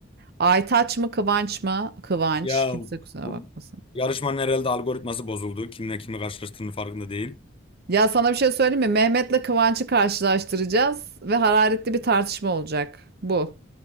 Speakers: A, on the right (about 55°); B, on the left (about 30°).
A: Aytaç mı Kıvanç mı? Kıvanç.
B: Ya
A: Kimse kusura
B: bu
A: bakmasın.
B: yarışmanın herhalde algoritması bozuldu. Kimle kimi karşılaştığının farkında değil.
A: Ya sana bir şey söyleyeyim mi? Mehmet'le Kıvanç'ı karşılaştıracağız ve hararetli bir tartışma olacak. Bu.